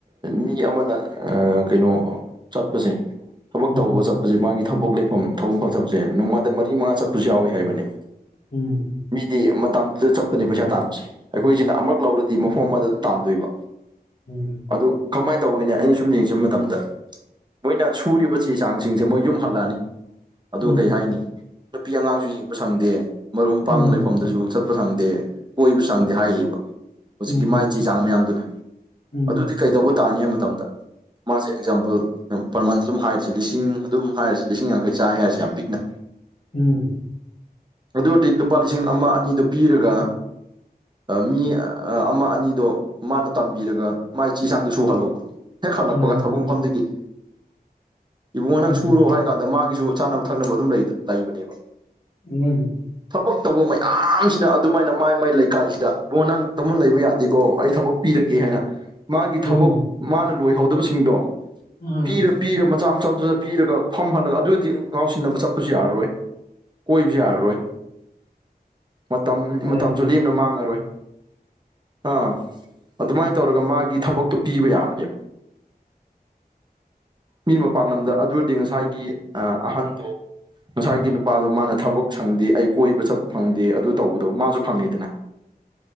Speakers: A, on the right (about 30°); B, on the left (about 65°).
A: ꯃꯤ ꯑꯃꯅ ꯑꯥ ꯀꯩꯅꯣ ꯆꯠꯄꯁꯦ ꯊꯕꯛ
B: ꯎꯝ
A: ꯇꯧꯕ ꯆꯠꯄꯁꯦ ꯃꯥꯒꯤ ꯊꯕꯛ ꯂꯩꯐꯝ ꯊꯕꯛ ꯃꯐꯝ ꯆꯠꯄꯁꯦ ꯅꯣꯡꯃꯥꯗ ꯃꯔꯤ ꯃꯉꯥ ꯆꯠꯄꯁꯨ ꯌꯥꯎꯋꯤ ꯍꯥꯢꯕꯅꯦꯕ
B: ꯎꯝ
A: ꯃꯤꯗꯤ ꯃꯇꯝꯗꯨꯗ ꯆꯠꯄꯅꯦ ꯄꯩꯁꯥ ꯇꯥꯟꯕꯁꯦ ꯑꯩꯈꯣꯢꯁꯤꯅ ꯑꯃꯨꯛ ꯂꯧꯔꯗꯤ ꯃꯐꯝ ꯑꯃꯗ ꯑꯗꯨꯝ ꯇꯥꯟꯗꯣꯢꯕ
B: ꯎꯝ
A: ꯑꯗꯨ ꯀꯃꯥꯢꯅ ꯇꯧꯒꯦꯅꯦ ꯑꯩꯅ ꯁꯨꯝ ꯌꯦꯡꯁꯤꯟꯕ ꯃꯇꯝꯗ ꯃꯣꯢꯅ ꯁꯨꯔꯤꯕ ꯆꯦ ꯆꯥꯡꯁꯤꯡꯁꯦ ꯃꯣꯢ ꯌꯨꯝ ꯍꯜꯂꯛꯑꯅꯤ ꯑꯗꯨ
B: ꯎꯝ
A: ꯀꯩ ꯍꯥꯢꯅꯤ ꯅꯨꯄꯤ ꯑꯉꯥꯡꯁꯨ ꯌꯦꯡꯕ ꯁꯪꯗꯦ ꯃꯔꯨꯞ ꯃꯄꯥꯡ
B: ꯎꯝ
A: ꯂꯩꯐꯝꯗꯁꯨ ꯆꯠ ꯁꯪꯗꯦ ꯀꯣꯢꯕ ꯁꯪꯗꯦ ꯍꯥꯢꯌꯦꯕ ꯍꯧꯖꯤꯛꯀꯤ
B: ꯎꯝ
A: ꯃꯥꯢ ꯆꯦ ꯆꯥꯡ ꯃꯌꯥꯝꯗꯨꯅ
B: ꯎꯝ
A: ꯑꯗꯨꯗꯤ ꯀꯩꯗꯧꯕ ꯇꯥꯅꯤ ꯍꯥꯢꯕ ꯃꯇꯝꯗ ꯃꯥꯁꯦ ꯑꯦꯛꯖꯥꯝꯄꯜ ꯄꯔꯃꯥꯟ ꯑꯗꯨꯝ ꯍꯥꯢꯔꯤꯁꯦ ꯂꯤꯁꯤꯡ ꯑꯗꯨꯝ ꯍꯥꯏꯔꯤꯁꯤ ꯂꯤꯁꯤꯡ ꯌꯥꯡꯈꯩ ꯆꯥꯢ ꯍꯥꯢꯔꯁꯤ ꯌꯥꯝ ꯄꯤꯛꯅ
B: ꯎꯝ
A: ꯑꯗꯨꯗꯤ ꯂꯨꯄꯥ ꯂꯤꯁꯤꯡ ꯑꯃ ꯑꯅꯤꯗꯨ ꯄꯤꯔꯒ ꯃꯤ ꯑꯃ ꯑꯅꯤꯗꯣ ꯃꯥꯅ ꯇꯝꯕꯤꯔꯒ ꯃꯥꯥꯢ ꯆꯦ ꯆꯥꯡꯗ ꯁꯨꯍꯜꯂꯣꯕ ꯍꯦꯛ ꯍꯜꯂꯛꯄꯒ
B: ꯎꯝ
A: ꯊꯕꯛ ꯃꯐꯝꯗꯒꯤ ꯏꯕꯨꯡꯉꯣ ꯅꯪ
B: ꯎꯝ
A: ꯁꯨꯔꯣ ꯍꯥꯢ ꯀꯥꯟꯗ ꯃꯥꯒꯤꯁꯨ ꯆꯥꯅꯕ ꯊꯛꯅꯕ ꯑꯗꯨꯝ ꯂꯩꯕꯅꯦꯕ
B: ꯍꯣꯢꯅꯦ
A: ꯊꯕꯛ ꯇꯧꯕ ꯃꯌꯥꯝꯁꯤꯅ ꯑꯗꯨꯃꯥꯢꯅ ꯃꯥꯢ ꯃꯥꯢ ꯂꯩꯀꯥꯢꯁꯤꯗ ꯏꯕꯨꯡꯉꯣ ꯅꯪ ꯇꯨꯝꯃ ꯂꯩꯕ ꯌꯥꯗꯦ ꯀꯣ ꯑꯩ ꯊꯕꯛ ꯄꯤꯔꯒꯦ ꯍꯥꯏꯅ ꯃꯥꯒꯤ
B: ꯂꯣꯏꯅꯤ
A: ꯊꯕꯛ ꯃꯥꯅ ꯂꯣꯏꯍꯧꯗꯕꯁꯤꯡꯗꯣ
B: ꯎꯝ
A: ꯄꯤꯔꯛ ꯄꯤꯔ ꯃꯆꯥ ꯃꯆꯥ ꯆꯥ ꯄꯤꯔꯒ ꯐꯝꯍꯜꯂꯒ ꯑꯗꯨꯗꯤ ꯉꯥꯎꯁꯤꯟꯅꯕ ꯆꯠꯄꯖꯨ ꯌꯥꯔꯣꯏ ꯀꯣꯏꯕꯖꯨ ꯌꯥꯔꯔꯣꯏ ꯃꯇꯝ
B: ꯍꯥꯏꯕꯅꯤ
A: ꯃꯇꯝꯖꯨ ꯂꯦꯝꯅ ꯃꯥꯡꯉꯔꯣꯏ ꯑꯥ ꯑꯗꯨꯃꯥꯏꯟ ꯇꯧꯔꯒ ꯃꯥꯒꯤ ꯊꯕꯛꯇꯣ ꯄꯤꯕ ꯌꯥꯕꯅꯦꯕ ꯃꯤ ꯃꯄꯥꯥꯜꯂꯝꯗ ꯑꯗꯨꯔꯗꯤ ꯉꯁꯥꯏꯒꯤ ꯑꯥ ꯑꯍꯟꯗꯣ ꯉꯁꯥꯏꯒꯤ ꯅꯨꯄꯥꯗꯣ ꯃꯥꯅ ꯊꯕꯛ ꯁꯪꯗꯦ ꯑꯩ ꯀꯣꯏꯕ ꯆꯠ ꯐꯪꯗꯦ ꯑꯗꯨ ꯇꯧꯕꯗꯣ ꯃꯥꯖꯨ ꯐꯪꯏ ꯗꯅꯥ